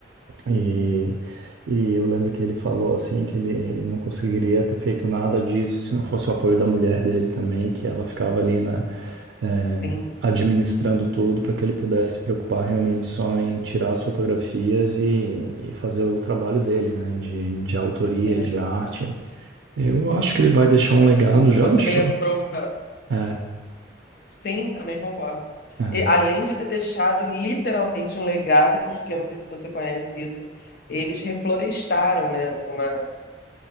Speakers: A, on the right; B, on the left.
A: E, e eu lembro que ele falou assim que ele não conseguiria ter feito nada disso se não fosse o apoio da mulher dele também, que ela ficava ali, né, eh,
B: Sim.
A: administrando tudo para que ele pudesse se preocupar realmente só em tirar as fotografias e, e fazer o trabalho dele, né, de, de autoria,
B: é.
A: de arte. Eu acho que ele vai deixar um legado, já
B: Você
A: deixou.
B: me lembrou
A: É,
B: Sim, também concordo.
A: é,
B: E, além de ter deixado literalmente um legado, porque eu não sei se você conhece isso, eles reflorestaram, né? Uma,